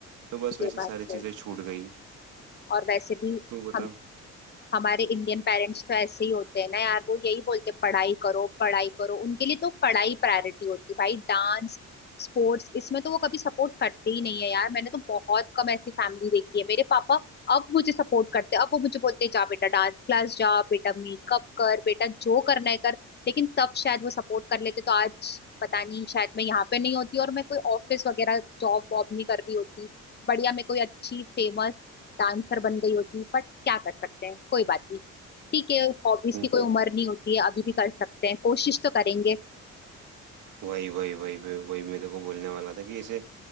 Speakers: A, on the right (about 90°); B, on the left (about 35°).
A: तो बस वैसी
B: ये बात
A: सारी चीज़ें
B: तो
A: छूट गई
B: और वैसे भी
A: तू बता
B: हम हमारे इंडियन पेरेंट्स तो ऐसे ही होते हैं ना यार वो यही बोलते हैं, पढ़ाई करो पढ़ाई करो उनके लिए तो पढ़ाई प्रायोरिटी होती है भाई डांस स्पोर्ट्स इसमें तो वो कभी सपोर्ट करते ही नहीं है यार मैंने तो बहुत कम ऐसी फैमिली देखी है मेरे पापा अब मुझे सपोर्ट करते हैं अब वो मुझे बोलते हैं जा बेटा डांस क्लास जा बेटा मेकअप कर बेटा जो करना है कर लेकिन तब शायद वो सपोर्ट कर लेते तो आज पता नहीं शायद मैं यहाँ पे नहीं होती और मैं कोई ऑफिस वगैरह जॉब वॉब नहीं कर रही होती बढ़िया मैं कोई अच्छी फेमस डांसर बन गई होती पर क्या कर सकते हैं कोई बात नहीं ठीक है हॉबीज
A: हम्म
B: की कोई उम्र नहीं होती है अभी भी कर सकते हैं कोशिश तो करेंगे
A: वही वही वही वही वही मैं तेरे को बोलने वाला था कि ऐसे